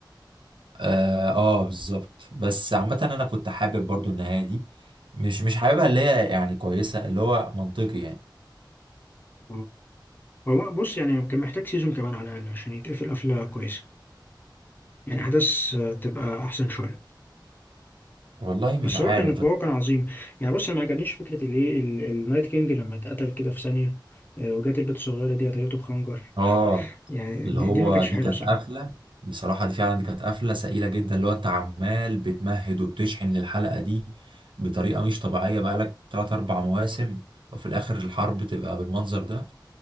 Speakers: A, on the right (about 80°); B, on the left (about 25°).
A: اه, آه بالظبط بس عامة انا كنت حابب برضو النهاية دي مش مش حاببها اللي هي يعني كويسة اللي هو منطقي يعني
B: آه. هو بص يعني كان محتاج سيزون كمان على الأقل عشان يتقفل قفلة كويسة يعني أحداث آه، تبقى أحسن شوية
A: والله مش
B: بس
A: عارف
B: هو كان
A: بس
B: هو كان عظيم يعني بص انا ما عجبنيش فكره الايه ال- النايت كينج لما اتقتل كده في ثانيه آه، وجات البت الصغيره دي قتلته بخنجر
A: اه
B: يعني
A: اللي
B: دي,
A: هو
B: دي ما كانتش
A: دي
B: حلوه
A: كانت
B: بصراحه
A: قفله بصراحه دي فعلا دي كانت قفله سئيله جدا اللي هو انت عمال بتمهد وبتشحن للحلقه دي بطريقه مش طبيعيه بقالك 3 4 مواسم وفي الاخر الحرب تبقى بالمنظر ده